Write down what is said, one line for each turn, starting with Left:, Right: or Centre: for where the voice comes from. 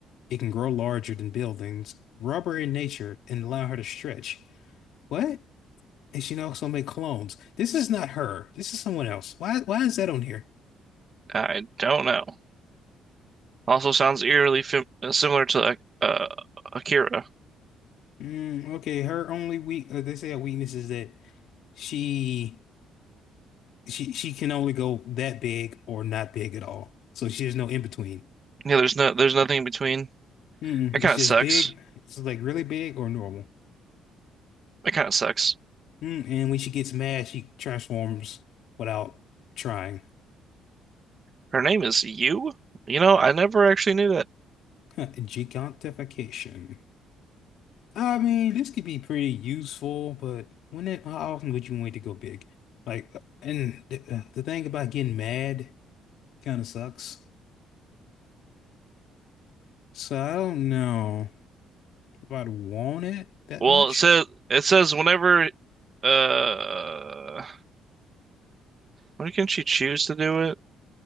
Left: It can grow larger than buildings, rubber in nature, and allow her to stretch. What? And she can also make clones. This is not her. This is someone else. Why? Why is that on here?
Right: I don't know. Also sounds eerily fam uh, similar to like, uh Akira.
Left: Mm, okay, her only weak. uh, They say a weakness is that she she she can only go that big or not big at all. So she has no in between.
Right: Yeah, there's no there's nothing in between.
Left: Mm,
Right: That kind
Left: it's just
Right: of sucks.
Left: big. It's like really big or normal.
Right: That kind of sucks.
Left: Mm, and when she gets mad, she transforms without trying.
Right: Her name is Yu? You know, I never actually knew that.
Left: <laughs> Gigantification. I mean, this could be pretty useful, but when it, how often would you wait to go big? Like, and the, uh, the thing about getting mad kind of sucks. So I don't know if I'd want it that
Right: Well,
Left: much.
Right: it says it says whenever uh when can she choose to do it?